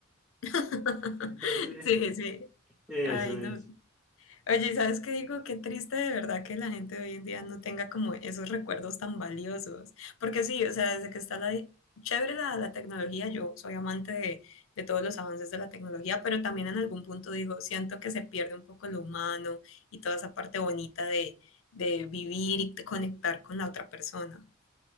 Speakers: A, on the left; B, in the centre.
A: <laughs>
B: Entonces,
A: Sí, sí.
B: eso,
A: Ay, no.
B: eso.
A: Oye, ¿y ¿sabes qué digo? Qué triste de verdad que la gente de hoy en día no tenga como esos recuerdos tan valiosos. Porque sí, o sea, desde que está la... Chévere la, la tecnología, yo soy amante de, de todos los avances de la tecnología, pero también en algún punto digo, siento que se pierde un poco lo humano y toda esa parte bonita de, de vivir y de conectar con la otra persona.